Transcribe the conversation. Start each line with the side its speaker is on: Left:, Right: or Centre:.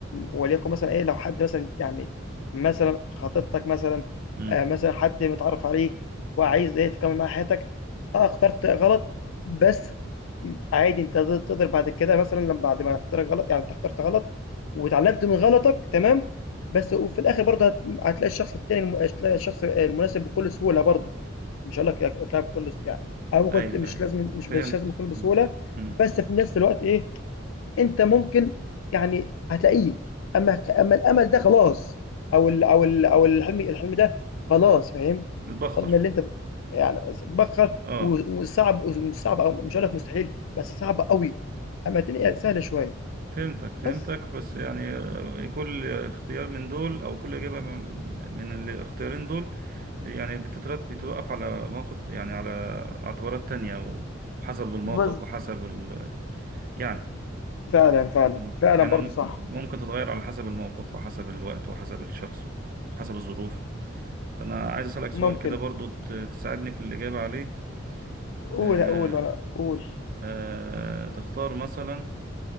Left: وليكن مثلًا إيه، لو حد مثلًا يعني مثلًا خطيبتك مثلًا
Right: مم.
Left: آآ مثلًا حد متعرّف عليه وعايز إيه تكمّل معاه حياتك، آه اخترت غلط، بس م عادي أنت تقد تقدر بعد كده مثلًا لم بعد ما اختيارك غلط يعني أنت اخترت غلط واتعلّمت من غلطك تمام، بس وفي الآخر برضه هت هتلاقي الشخص التاني الم هتلاقي الشخص آآ المناسب بكل سهولة برضه، مش هاقول لك هت هتلاقيها بكل س يعني أو ممكن
Right: أيوة
Left: ت مش
Right: أيوة
Left: لازم مش
Right: فهمت
Left: مش لازم يكون
Right: مم.
Left: بسهولة،
Right: مم.
Left: بس في نفس الوقت إيه أنت ممكن يعني هتلاقيه، أمّا ك أمّا الأمل ده خلاص أو ال أو ال أو الحلم الحلم ده خلاص فاهم،
Right: تتبخر
Left: الحلم اللي أنت ب يعني س بتبخّر
Right: اه
Left: و وصعب ومش صعب أو مش هاقول لك مستحيل، بس صعب أوي، أمّا الدنيا سهلة شوية
Right: فهمتك فهمتك
Left: بس.
Right: بس يعني آه، كل اختيار من دول او كل اجابه من من الاختيارين دول يعني بتترتب بتوقف على موقف يعني على اعتبارات تانية وحسب الموقف
Left: بالض
Right: وحسب ال... يعني
Left: فعلًا، فعلًا،
Right: مم.
Left: فعلًا
Right: يعني
Left: برضه
Right: مم-
Left: صح،
Right: ممكن تتغير على حسب الموقف وحسب الوقت وحسب الشخص وحسب الظروف فانا عايز اسالك سؤال
Left: ممكن
Right: كده برضو ت- تساعدني في الاجابه عليه
Left: قُل
Right: آه
Left: قُل وأنا قُل،
Right: آه تختار مثلا